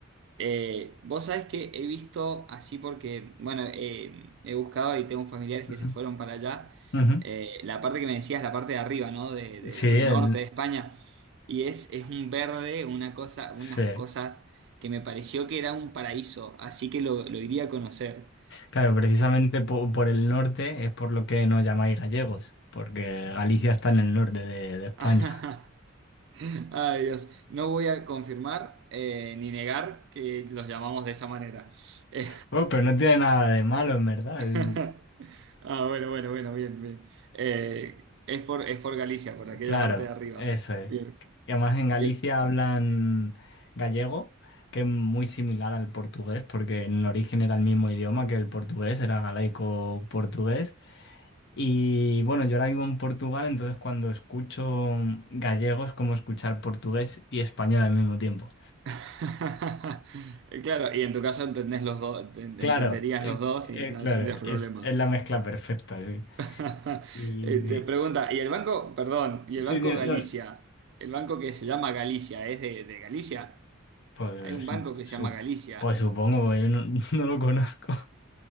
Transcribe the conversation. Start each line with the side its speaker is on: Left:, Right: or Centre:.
Right: Eh, vos sabés que he visto así porque, bueno, eh, he buscado y tengo familiares
Left: ujú,
Right: que se fueron para allá.
Left: ujú.
Right: eh, la parte que me decías, la parte de arriba, ¿no? De- de-
Left: Sí,
Right: del
Left: el,
Right: norte de España. Y es, es un verde, una cosa, unas
Left: sí.
Right: cosas que me pareció que era un paraíso, así que lo, lo iría a conocer.
Left: Claro, precisamente po- por el norte es por lo que nos llamáis gallegos, porque Galicia está en el norte de, de España.
Right: <laughs>
Left: <laughs>
Right: Ay, Dios, no voy a confirmar eh, ni negar que los llamamos de esa manera. Eh,
Left: Bueno, pero no tiene nada de malo, en verdad.
Right: <laughs>
Left: Es-
Right: ah, bueno, bueno, bueno, bien, bien. Eh, es por, es por Galicia, por aquella
Left: Claro,
Right: parte de arriba.
Left: eso
Right: Bien.
Left: es. Y además en Galicia
Right: Y el-
Left: hablan gallego, que es muy similar al portugués, porque en el origen era el mismo idioma que el portugués, era galaico-portugués. Y bueno, yo ahora vivo en Portugal, entonces cuando escucho gallego es como escuchar portugués y español al mismo tiempo.
Right: <laughs> Claro, y en tu caso entendés los dos, entenderías
Left: Claro, eh,
Right: los dos
Left: eh,
Right: y no
Left: claro,
Right: tendrías problema.
Left: es, es la mezcla perfecta, sí.
Right: <laughs>
Left: Y
Right: Eh, Te pregunta, ¿y el banco, perdón, y el
Left: sí,
Right: Banco
Left: no,
Right: Galicia,
Left: no,
Right: el banco que se llama Galicia, es de, de Galicia?
Left: pues,
Right: Hay un banco que se
Left: su-
Right: llama Galicia.
Left: pues supongo, yo no, <laughs> no lo conozco.